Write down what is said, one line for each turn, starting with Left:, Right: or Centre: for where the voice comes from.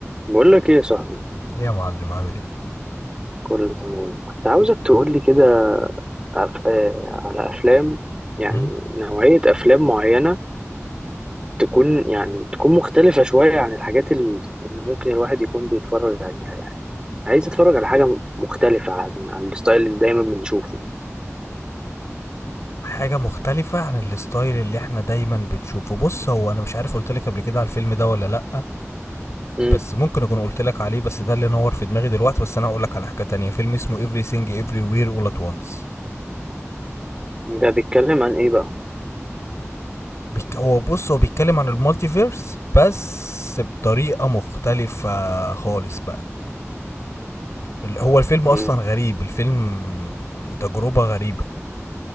Right: بقول لك ايه يا صاحبي
Left: ايه يا معلم عامل ايه
Right: كله تمام كنت عاوزك تقول لي كده أف... آه على افلام يعني
Left: م?
Right: نوعية افلام معينة تكون يعني تكون مختلفة شوية عن الحاجات ال- اللي ممكن الواحد يكون بيتفرج عليها يعني عايز اتفرج على حاجة مختلفة عن عن الستايل اللي دايما بنشوفه
Left: حاجة مختلفة عن الستايل اللي احنا دايما بنشوفه بص هو انا مش عارف قلتلك قبل كده على الفيلم ده ولا لأ
Right: امم
Left: بس ممكن اكون قلتلك عليه بس ده اللي نور في دماغي دلوقتي بس انا هقولك على حاجة تانية فيلم اسمه Everything Everywhere All At Once
Right: ده بيتكلم عن ايه بقى
Left: بيك... هو بص هو بيتكلم عن المالتيفيرس بس بطريقة مختلفة خالص بقى ال- هو الفيلم اصلا
Right: امم
Left: غريب الفيلم تجربة غريبة